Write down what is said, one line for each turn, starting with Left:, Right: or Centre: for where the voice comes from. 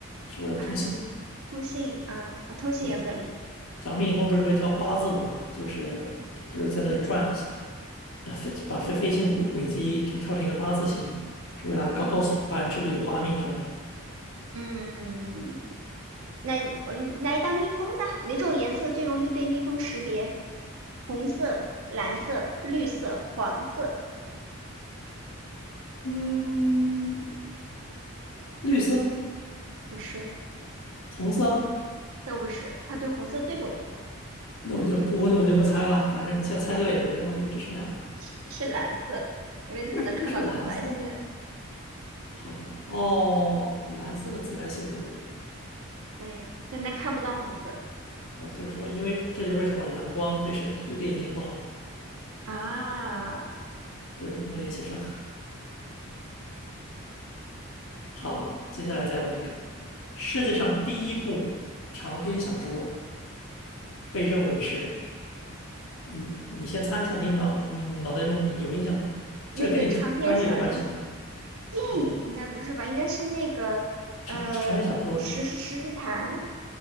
Left: 是为了通信。
Right: 啊，通信啊，啊通信也合理，
Left: 对，讲蜜蜂不是会跳八字舞吗？
Right: 嗯
Left: 就是就是在那里转，呃，飞把飞飞行轨轨迹跳跳成一个八字形，是为了告告诉同伴这里有花蜜这样的。
Right: 嗯嗯，那你我来一道蜜蜂的，哪种颜色最容易被蜜蜂识别？红色、蓝色、绿色、黄色，
Left: 嗯，绿色、
Right: 不是。
Left: 红色。
Right: 都不是，他对红色最不敏感，
Left: 那我就不，那我就不猜了，反正猜猜对了也没用了，因为只剩两个了。
Right: 是是蓝色，因为他能看到紫外线，
Left: 为什么会是蓝色呢？好吧，哦，蓝色的紫外线比较多。
Right: 对，但他看不到红色
Left: 啊，就是说，因为这就是为什么蓝光对身对对眼睛不好，
Right: 啊。
Left: 这个能联系上。<laughs> 好，接下来再问一个，世界上第一部长篇小说被认为是，嗯，你先猜一下，你脑你脑袋中有印象吗？
Right: 那个长篇小说
Left: 这跟你专专业有关系吗？
Right: 电影应该不是吧？
Left: 嗯，
Right: 应该是那个呃《十世十日谈》
Left: 长长篇小说，对，